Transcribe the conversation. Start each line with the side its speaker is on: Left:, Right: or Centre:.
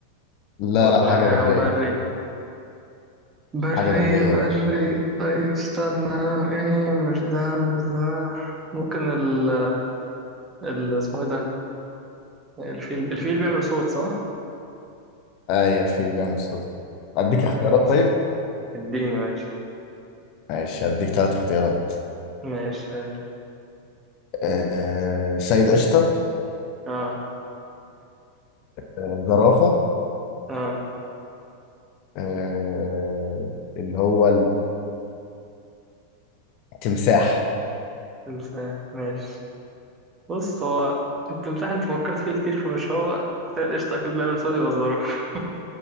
Left: لا
Right: ولا
Left: لا حاجه
Right: حيوان
Left: بريه
Right: بري بري
Left: حاجه بريه
Right: بري
Left: بقى
Right: طيب استنى ايه مش ده مش ده ممكن ال ال اسمه ايه ده الفيل الفيل بيعمل صوت صح؟
Left: ايوه في بيعمل صوت اديك
Right: آه،
Left: اختيارات طيب
Right: اديني ماشي
Left: ماشي هديك ثلاث اختيارات
Right: ماشي حلو
Left: آه، سيد قشطه
Right: اه
Left: آه، زرافه
Right: اه
Left: آه، اللي هو التمساح
Right: تمساح ماشي بص هو التمساح انت فكرت فيه كتير فمش هو بس هي القشطة أكيد بيعمل صوت يبقى الزرافة